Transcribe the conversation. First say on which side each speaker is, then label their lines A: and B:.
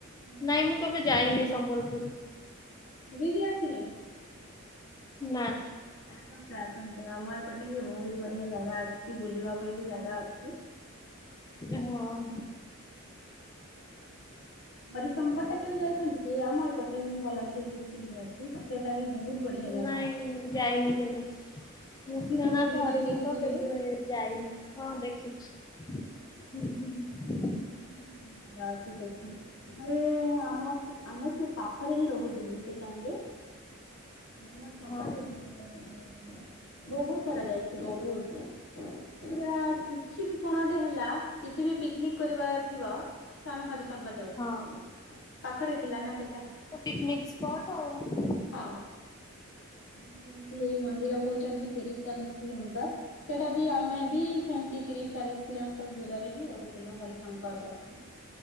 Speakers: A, on the left; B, on the left.
A: ହୁଁ।
B: ନାଇଁ ମୁଁ କେବେ ଯାଇନି ସମ୍ବଲପୁର।
A: <unintelligible> ଆାସିନି
B: ନା।
A: ଆସନ୍ତୁ ଆସନ୍ତୁ ଆମ ଏପଟେ ବହୁତ ବଢିଆ ଜାଗା ଅଛି ବୁଲିବା ପାଇଁ ବି ଜାଗା ଅଛି।
B: ଯିବୁ ଆଉ
A: ହରିଶଙ୍କରଟା କେବେ ଯାଇଛନ୍ତି କି? ଆମ ଏପଟେ ହି ବଲାଙ୍ଗୀର ଡିଷ୍ଟ୍ରିକ୍ ରେ ଅଛି। ସେଇଟା ବି ବହୁତ ବଢିଆ ଜାଗା।
B: ନାଇଁ ଯାଇନି କେବେ। ନୃସିଂହନାଥ
A: ଦେଖିଥିବେ ଭିଡିଓ
B: ହରିଶଙ୍କର
A: ଦେଖିଥିବେ
B: କେବେ ଯାଇନି। ହଁ ଦେଖିଛି ହୁଁ-ହୁଁ।
A: ବହୁତ ବଢିଆ ଜାଗା ଅଛି ସେଠି ମୁଁ ଆମ ସେ ଆମେ ସେ ପାଖରେ ହିଁ ରହୁଥିଲୁ। ସେ ଟାଇମରେ, ମୁଁ ଛୋଟ
B: ହଁ
A: ଥିଲି ସେ ଟାଇମରେ ବହୁତ। କରାଯାଇଛି ବହୁତ, ପୁରା କିଛି ବି କଣ ଗୋଟେ ହେଲା କିଛି ବି ପିକନିକ୍ କରିବାର ଥିବ ତ ଆମେ ହରିଶଙ୍କର ଯାଉଥିଲୁ,
B: ହଁ।
A: ପାଖରେ ଥିଲା ନା ସେଇଟା।
B: ପିକନିକ ସ୍ପଟ ଆଉ।
A: ହଉ ଆପଣ ଯେମିତି ଏଇ ମନ୍ଦିର କହୁଛନ୍ତି ତିରିଶ ଚାଲିଶ କିଲୋମିଟର ସେଟାବି ଆମେ ବି ସେମିତି ତିରିଶ ଚାଳିଶ କିଲୋମିଟର ଦୂରରେ ହିଁ ରହୁଛୁ। ଥିଲୁ ହରିଶଙ୍କର ର